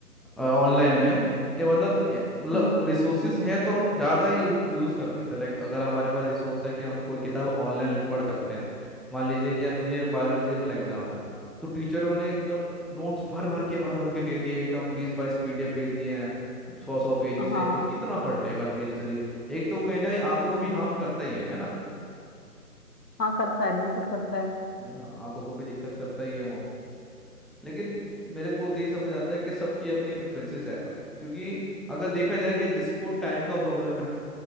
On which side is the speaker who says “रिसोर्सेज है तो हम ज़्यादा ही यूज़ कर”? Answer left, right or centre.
Centre